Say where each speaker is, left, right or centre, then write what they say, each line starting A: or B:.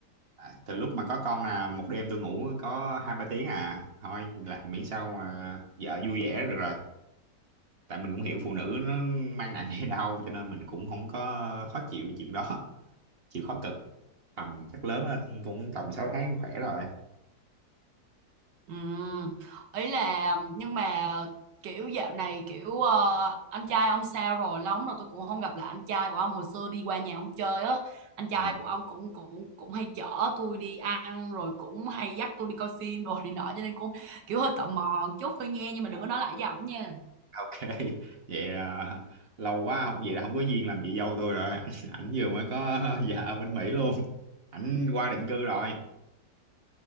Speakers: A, on the right; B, on the right.
A: à, từ lúc mà có con là một đêm tôi ngủ có hai ba tiếng à thôi là miễn sao mà vợ vui vẻ là được rồi tại mình cũng hiểu phụ nữ nó mang nặng hay đau cho nên mình cũng không có khó chịu chuyện đó chịu khó cực tầm chắc lớn lên cũng tầm 6 tháng khỏe rồi
B: Ừ. Ý là nhưng mà kiểu dạo này kiểu ờ, anh trai ông sao rồi lâu lắm rồi tôi cũng không gặp lại anh trai của ông hồi xưa đi qua nhà ông chơi á anh trai
A: Ừ.
B: của ông cũng cũng cũng hay chở tôi đi ăn rồi cũng hay dắt tôi đi coi phim rồi này nọ cho nên cũng kiểu hơi tò mò một chút thôi nha nhưng mà
A: À,
B: đừng có nói lại với ổng nha
A: Ok <laughs> vậy à, lâu quá học vậy là không có duyên làm chị dâu tôi rồi <laughs> ảnh, ảnh vừa mới có <laughs> vợ ở bên Mỹ luôn ảnh qua định cư rồi